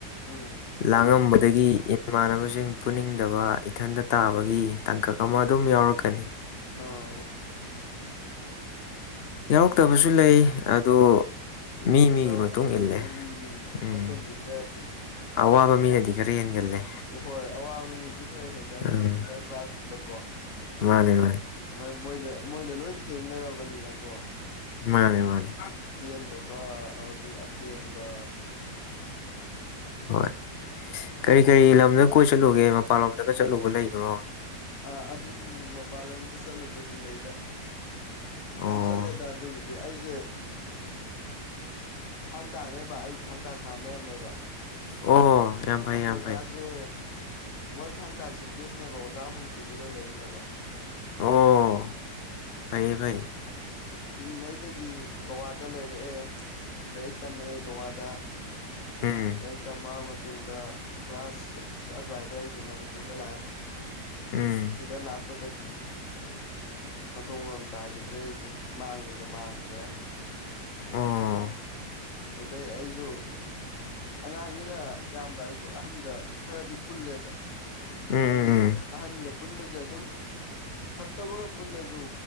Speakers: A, on the left (about 50°); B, on the left (about 75°).
A: ꯎꯝ
B: ꯂꯥꯡꯉꯝꯕꯗꯒꯤ ꯏꯃꯥꯟꯅꯕꯁꯤꯡ ꯄꯨꯅꯤꯡꯗꯕ ꯏꯊꯟꯇ ꯇꯥꯕꯒꯤ ꯇꯥꯡꯀꯛ ꯑꯃ ꯑꯗꯨꯝ ꯌꯥꯎꯔꯛꯀꯅꯤ
A: ꯑ
B: ꯌꯥꯎꯔꯛꯇꯕꯁꯨ ꯂꯩ ꯑꯗꯣ ꯃꯤ ꯃꯤꯒꯤ
A: ꯌꯥꯎꯔꯛꯄꯁꯨ
B: ꯃꯇꯨꯡ ꯏꯜꯂꯦ
A: ꯂꯩ ꯃꯤ ꯃꯤ
B: ꯎꯝ
A: ꯃꯇꯨꯡ ꯏꯜꯂꯦ ꯍꯥꯢꯗꯨꯅꯤ
B: ꯑꯋꯥꯕ ꯃꯤꯅꯗꯤ ꯈꯔ ꯍꯦꯟꯒꯜꯂꯦ꯫
A: ꯍꯣꯏ ꯑꯋꯥꯕ ꯃꯤꯅꯗꯤ ꯈꯔ ꯍꯦꯟꯒꯠꯂꯦ
B: ꯎꯝ
A: ꯃꯤꯗꯜ ꯀ꯭ꯂꯥꯁꯀꯨꯝꯕ ꯀꯣ꯫
B: ꯃꯥꯅꯦ ꯃꯥꯅꯦ꯫
A: ꯃꯣꯏ ꯃꯣꯏꯗ ꯃꯣꯏꯅ ꯂꯣꯏ ꯊꯦꯡꯅꯔꯕꯅꯤꯅꯀꯣ꯫
B: ꯃꯥꯅꯦ ꯃꯥꯅꯦ꯫
A: ꯄꯦꯟꯗꯕ ꯑꯗꯨꯗꯩꯩ ꯑꯄꯦꯟꯕ꯫
B: ꯍꯣꯏ ꯀꯔꯤ ꯀꯔꯤ ꯂꯝꯗ ꯀꯣꯏ ꯆꯠꯂꯨꯒꯦ ꯃꯄꯜꯂꯣꯝꯗꯒ ꯆꯠꯂꯨꯕ ꯂꯩꯕ꯭ꯔꯣ꯫
A: ꯑꯥ ꯑꯗꯨ ꯃꯄꯥꯟ ꯂꯝꯗ ꯆꯠꯂꯨꯕꯗꯤ ꯂꯩꯗ
B: ꯑꯣ
A: ꯌꯥꯝ ꯆꯠꯂꯦꯗ ꯑꯗꯨꯒꯤꯗꯤ ꯑꯩꯁꯦ ꯊꯥ ꯇꯥꯅꯦꯕ ꯑꯩ ꯊꯥꯡ ꯇꯥ ꯁꯥꯟꯅꯔꯝꯃꯦꯕ
B: ꯑꯣ ꯌꯥꯝ ꯐꯩ
A: ꯑꯀꯣꯏ
B: ꯌꯥꯝ ꯐꯩ
A: ꯕꯁꯦ ꯋꯥꯜ ꯊꯥꯡ ꯇꯥ ꯆꯦꯝꯄꯤꯌꯦꯅꯦꯕ ꯑꯣꯖꯥ ꯑꯍꯨꯝ ꯁꯨꯕꯗ ꯂꯩꯔꯤꯅꯦꯕ
B: ꯑꯣ ꯐꯩꯌꯦ ꯐꯩ
A: ꯄꯤꯛꯏꯉꯩꯗꯒꯤ ꯒꯋꯥꯗ ꯂꯩꯔꯛꯑꯦ ꯂꯥꯏꯔꯤꯛ ꯇꯝꯃꯛꯑꯦ ꯒꯋꯥꯗ
B: ꯑꯝ
A: ꯂꯥꯏꯔꯤꯛ ꯇꯝꯂꯛꯑꯕ ꯃꯇꯨꯡꯗ ꯀ꯭ꯂꯥꯁ ꯁꯤꯛꯁ ꯑꯗꯨꯋꯥꯏꯗ ꯑꯩꯁꯦ ꯃꯅꯤꯄꯨꯔꯗ ꯂꯥꯛꯑꯦ
B: ꯎꯝ
A: ꯁꯤꯗ ꯂꯥꯛꯄꯗꯒꯤ ꯃꯊꯣꯡ ꯃꯔꯝ ꯇꯥꯈꯤꯗ꯭ꯔꯦ ꯑꯩꯁꯦ ꯃꯥꯡꯕꯁꯨ ꯃꯥꯡꯗ꯭ꯔꯦ
B: ꯑꯣ
A: ꯑꯗꯨꯗꯩ ꯑꯩꯁꯨ ꯑꯉꯥꯡꯅꯤꯅ ꯏꯌꯥꯝꯕ ꯑꯩꯁꯨ ꯑꯍꯟꯒ ꯈꯔꯗꯤ ꯄꯨꯜꯂꯦꯕ꯫ ꯃꯣꯏꯗꯒꯤ
B: ꯎꯝ ꯎꯝ
A: ꯑꯍꯟꯒ ꯄꯨꯟꯕꯁꯦ ꯑꯗꯨꯝ ꯐꯠꯇꯕꯒ ꯄꯨꯜꯂꯁꯨ